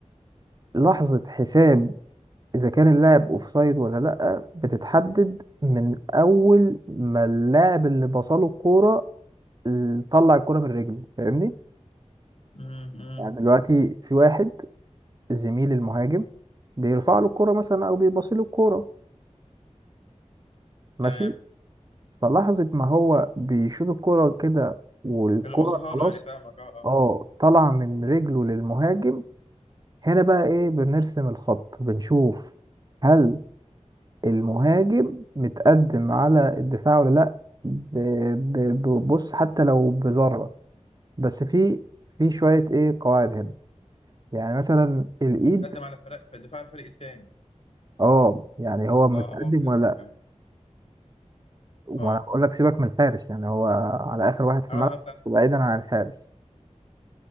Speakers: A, on the right (about 35°); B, on the left (about 55°).
A: لحظة حساب إذا كان اللاعب أوفسايد ولا لأ بتتحدد من أول ما اللاعب اللي بصله الكورة ال- طلع الكورة من رجله فاهمني؟
B: مم. مم.
A: يعني دلوقتي في واحد زميل المهاجم بيرفع له الكورة مثلا أو بيبص له الكورة ماشي؟
B: تمام
A: فلحظة ما هو بيشوط الكورة كده والكورة
B: اللي بصها
A: خلاص
B: له يعني فاهمك اه اه
A: اه طالعة من رجله للمهاجم هنا بقى ايه بنرسم الخط بنشوف هل المهاجم متقدم على الدفاع ولا لا ب- ب- ببص حتى لو بذرة بس في في شوية ايه قواعد هنا يعني مثلا الايد
B: قدم على فرق دفاع الفريق التاني
A: اه يعني هو متقدم
B: اه اه كمل
A: ولا لا
B: كمل
A: وانا
B: اه
A: بقول لك سيبك من الحارس يعني هو على اخر واحد في
B: اه
A: الملعب
B: آه، فاهم
A: بس بعيدا عن الحارس